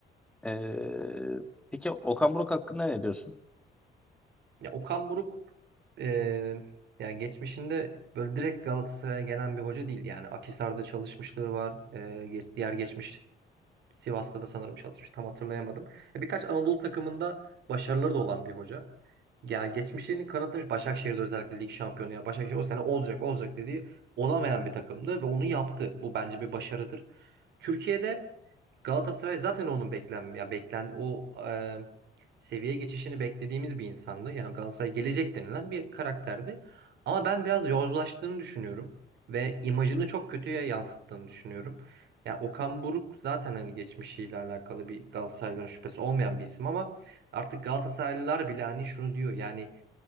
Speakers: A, in the centre; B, on the right (about 70°).
A: Ee, peki Okan Buruk hakkında ne diyorsun?
B: Ya Okan Buruk e, yani geçmişinde böyle direkt Galatasaray'a gelen bir hoca değil. Yani Akhisar'da çalışmışlığı var. E, ge- diğer geçmiş Sivas'ta da sanırım çalışmış. Tam hatırlayamadım. E, Birkaç Anadolu takımında başarıları da olan bir hoca. Yani geçmişlerini kanıtlamış. Başakşehir'de özellikle lig şampiyonu. Yani Başakşehir o sene olacak olacak dediği olamayan bir takımdı ve onu yaptı. Bu bence bir başarıdır. Türkiye'de Galatasaray zaten onun beklen ya beklen o e, seviye geçişini beklediğimiz bir insandı. Yani Galatasaray gelecek denilen bir karakterdi. Ama ben biraz yozlaştığını düşünüyorum ve imajını çok kötüye yansıttığını düşünüyorum. Yani Okan Buruk zaten hani geçmişiyle alakalı bir Galatasaraylıların şüphesi olmayan bir isim ama artık Galatasaraylılar bile hani şunu diyor yani